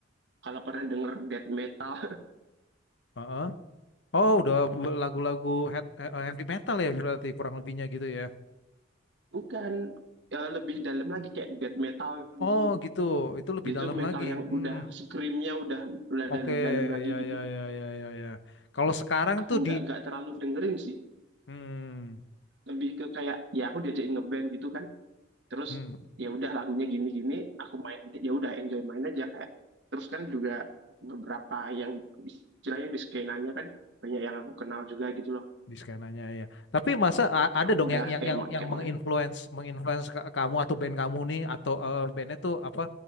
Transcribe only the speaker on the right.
kalau pernah denger death metal,
<laughs>
bukan ya lebih dalam lagi kayak death metal gitu
loh.
Itu
metal
yang udah
screamnya udah udah
dal- dalam lagi
gitu.
Aku
nggak
nggak terlalu dengerin sih,
lebih ke kayak ya aku diajakin ngeband gitu kan. Terus
ya udah lagunya gini-gini, aku main gitu. ya udah enjoy main aja kayak. Terus kan juga beberapa yang istilahnya di skenanya kan banyak yang aku kenal juga gitu loh
ya
udah
kayak
ma-
kayak
mau